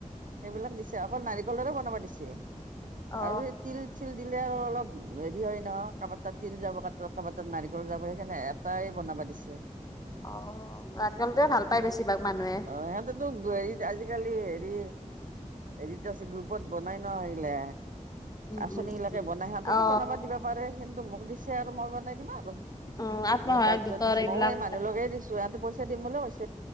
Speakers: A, on the right; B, on the left.
A: সেইবিলাক দিছে অকল নাৰিকলৰে বনাবা দিছে।
B: অ
A: আৰু সেই তিল- ছিল দিলে আৰু অলপ হেৰি হয় ন' কাবাৰ তাত তিল যাব কাবা তাত নাৰিকল যাব সেইকাৰণে। তায় বনাবা দিছে।
B: অ' নাৰিকল টোৱে ভাল পায় বেছিভাগ মানুহে।
A: অ সিহঁতেতো হেৰিত আজিকালি হেৰি হেৰিত আছে গ্ৰুপত বনাই ন' আহিলে।
B: উম
A: আঁচননিগিলাকে
B: উম
A: বনাই সিহঁতকো
B: অ
A: বনাবা দিব পাৰে, কিন্তু মোক দিছে আৰু মই বনাই দিমে আৰু।
B: উম আত্মসহায়ক
A: মোৰ দায়িত্ব
B: গোটৰ
A: দিছো,
B: এইবিলাক
A: ময়ও এই মানুহ লগায় দিছো ইহঁতে পইচা দিম বুলি কৈছে।